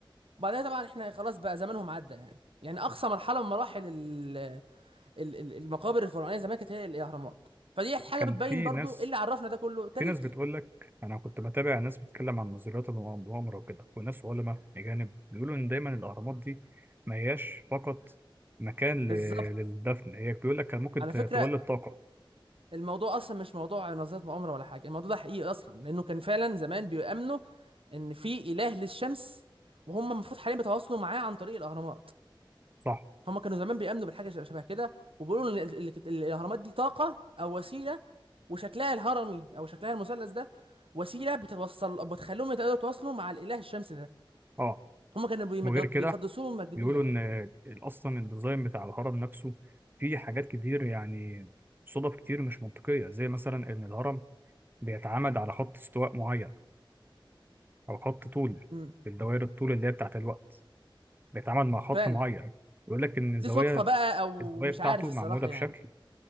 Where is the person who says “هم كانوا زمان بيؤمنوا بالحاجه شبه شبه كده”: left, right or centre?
Right